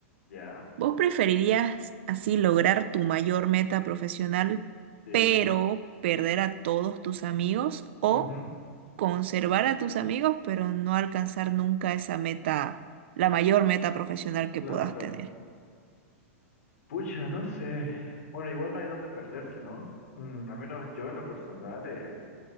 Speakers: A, on the left; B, on the right.
A: Ya,
B: ¿Vos preferirías así lograr tu mayor meta profesional,
A: sí.
B: pero perder a todos tus amigos o
A: ujú,
B: conservar a tus amigos, pero no alcanzar nunca esa meta, la mayor meta profesional que
A: Claro,
B: puedas
A: claro.
B: tener?
A: Pucha, no sé. Bueno, igual no hay dónde perderse, ¿no? Mm, al menos yo en lo personal, eh,